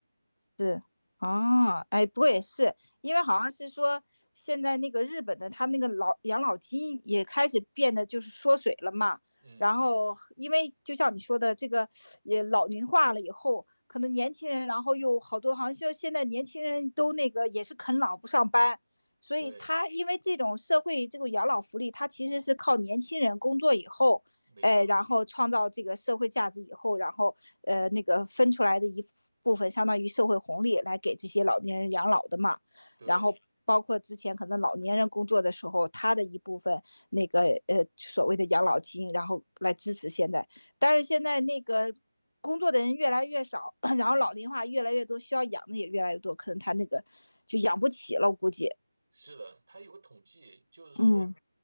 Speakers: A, on the left; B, on the right.
A: 是，哦，哎，不过也是，因为好像是说现在那个日本的他那个老养老金也开始变得就是缩水了嘛。
B: 嗯，
A: 然后，因为就像你说的，这个也老龄化了以后，可能年轻人，然后又好多，好像就现在年轻人都那个也是啃老不上班，所以他因为这种社会这种养老福利，
B: 对，
A: 他其实是靠年轻人工作以后，
B: 没错，
A: 哎，然后创造这个社会价值以后，然后呃那个分出来的一部分，相当于社会红利来给这些老年人养老的嘛。
B: 对。
A: 然后包括之前可能老年人工作的时候，他的一部分那个呃所谓的养老金，然后来支持现在。但是现在那个工作的人越来越少，<coughs> 然后老龄化越来越多，
B: 嗯，
A: 需要养的也越来越多，可能他那个就养不起了，我估计。
B: 是的，他有个统计，就是说，
A: 嗯，